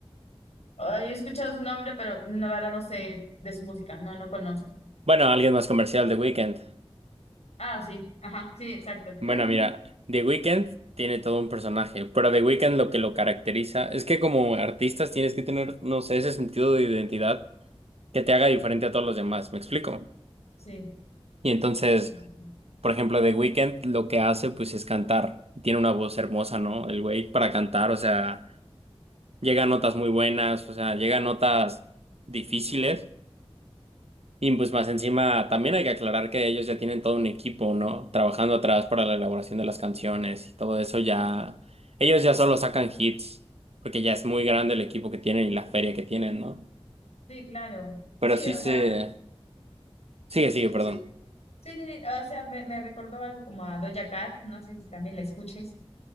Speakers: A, on the left; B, on the right.
A: Ay, he escuchado su nombre, pero no, la verdad no sé de su música, no, no conozco.
B: bueno, alguien más comercial, The Weeknd.
A: Ah, sí, ajá, sí, exacto.
B: Bueno,
A: <laughs>
B: mira, The Weeknd tiene todo un personaje, pero The Weeknd lo que lo caracteriza es que como artistas tienes que tener, no sé, ese sentido de identidad que te haga diferente a todos los demás, ¿me explico?
A: Sí,
B: Y entonces...
A: sí, sí, sí.
B: Por ejemplo, The Weeknd lo que hace pues es cantar. Tiene una voz hermosa, ¿no? El güey para cantar, o sea, llega a notas muy buenas, o sea, llega a notas difíciles. Y pues más encima también hay que aclarar que ellos ya tienen todo un equipo, ¿no? Trabajando atrás para la elaboración de las canciones y todo eso ya. Ellos ya solo sacan hits, porque ya es muy grande el equipo que tienen y la feria que tienen, ¿no?
A: Sí, claro.
B: Pero
A: Sí,
B: sí
A: o
B: se.
A: sea,
B: Sigue,
A: sí,
B: sigue, perdón.
A: sí, sí, sí, sí, O sea, me, me recordó algo como a Doja Cat, no sé si también la escuches.